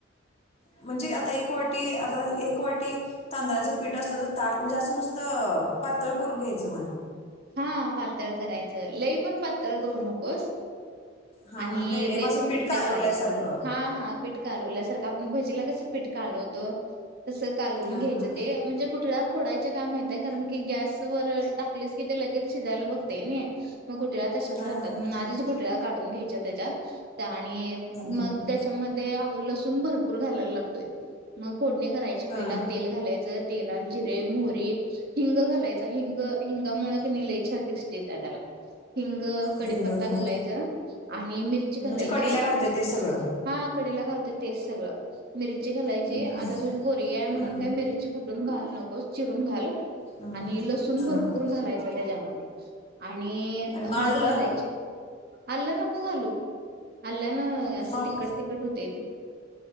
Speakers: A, on the left; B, on the right.
A: म्हणजे आता एक वाटी आता एक वाटी तांदळाचं पीठ आसलं तर ताक म्हणजे आसं नुसत तळ पातळ करून घ्यायचं म्हण
B: हा पातळ करायचं लई पण पातळ करू नकोस
A: हां
B: आणि
A: हां मिडियम
B: लई
A: असं
B: पण
A: पीठ
B: घट्ट
A: कालवल्यासारखं
B: करायच नाही हा हा पिट कालवल्यासारख भाजीला कसं पीट कालवतो तसं कालवून
A: हां
B: घ्यायचं
A: हां
B: ते म्हणजे गुठळ्या फोडायच्या का माहित्येय कारण की गॅस वर टाकलीस कि ते लगेच शिजायला बघतय नी मग गुठळ्या तशाच
A: हां
B: राहत्यात
A: हां
B: म्हणून आधीच गुटळ्या काढून घ्या हेच्या तेच्याात त्या आणि
A: हां
B: मग
A: हां
B: तेच्या मध्ये आव लसु लसूण भरपूर घालायला लागतोय. मग फोडणी करायची. पहिला
A: हां
B: तेल घालायचं तेलात जिरे, मोहरी, हिंग घालायचा हिंग हिंग त्यामुळं कनी लय छान टेस्ट येतिया त्याला हिंग, कडीपत्ता
A: हिंग हं.
B: घालायचा. आणि मिरची घालायची.
A: म्हणजे कढीला घालतोय ते सगळं
B: हा कढीला घालतोय तेच सगळं मिरची घालायची
A: हम्म.
B: आता तुझी पोरगी आहे म्हणून
A: हम्म.
B: काय मिरची कुठ घालू नकोस चिरून घाल.
A: हम्म.
B: आणि लसून
A: हम्म.
B: भरप घालायच त्याच्यामध्ये आणि
A: मग आलं
B: हळद घालायची आलं नको घालू आल्या ना असं
A: मग
B: तिकख तिकट होतय ते.